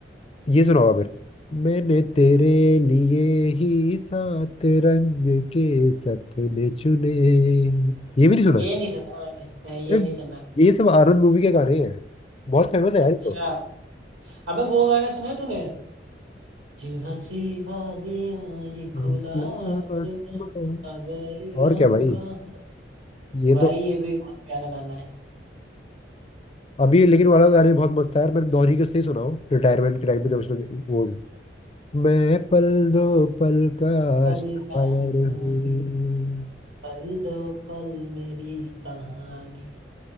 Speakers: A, on the left; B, on the right.
A: ये सुना होगा फिर मैंने तेरे लिए ही सात रंग के सपने चुने ये भी नहीं सुना
B: ये
A: है
B: नहीं सुना मैंने नहीं ये
A: अरे
B: नहीं सुना
A: ये सब आनंद मूवी के गाने हैं बहुत फेमस है यार
B: अच्छा
A: ये तो
B: अबे वो गाना सुना है तूने ये हंसी वादियां ये
A: देखना
B: खुला आसमां
A: आसमान।
B: आ गए
A: और
B: हम
A: क्या भाई
B: कहाँ
A: ये
B: भाई
A: तो
B: ये भी बहुत प्यारा गाना है
A: अभी लेकिन वाला गाने बहुत मस्त है यार मैंने दोहरी के उससे ही सुना हो रिटायरमेंट के टाइम पे जब उसने वो मैं पल दो पल का
B: पल
A: शायर
B: कहाँ
A: हूँ
B: इस पल दो पल मेरी कहानी